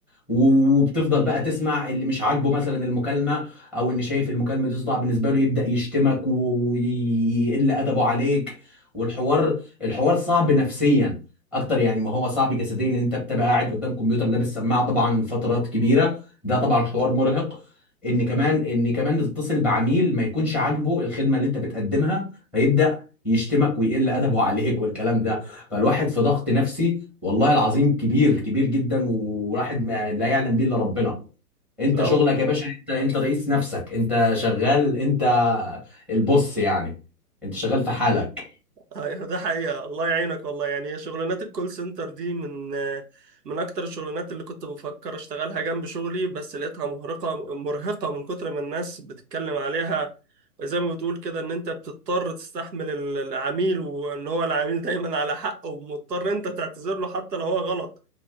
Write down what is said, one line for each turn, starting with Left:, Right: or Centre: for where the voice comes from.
Centre: و- وبتفضل بقى تسمع اللي مش عاجبه مثلا المكالمه او ان شايف المكالمه تصدع بالنسبه له يبدا يشتمك ويقل ادبه عليك والحوار الحوار صعب نفسيا اكتر يعني ما هو صعب جسديا ان انت بتبقى قاعد قدام كمبيوتر لابس سماعه طبعا فترات كبيره ده طبعا حوار مرهق ان كمان ان كمان تتصل بعميل ما يكونش عاجبه الخدمه اللي انت بتقدمها فيبدا يشتمك ويقل ادبه <laughs> عليك والكلام ده فالواحد في ضغط نفسي والله العظيم كبير كبير جدا وواحد ما لا يعلم به الا ربنا انت
Right: لو
Centre: شغلك يا باشا انت انت رئيس نفسك انت شغال انت البص يعني انت شغال في حالك
Right: ايوه ده حقيقة الله يعينك والله يعني هي شغلانات الكول سنتر دي من من اكتر الشغلانات اللي كنت بفكر اشتغلها جنب شغلي بس لقيتها مرهقة مرهقة من كتر ما الناس بتتكلم عليها زي ما بتقول كده ان انت بتضطر تستحمل ال- العميل وان هو العميل دايما على حق ومضطر انت تعتذر له حتى لو هو غلط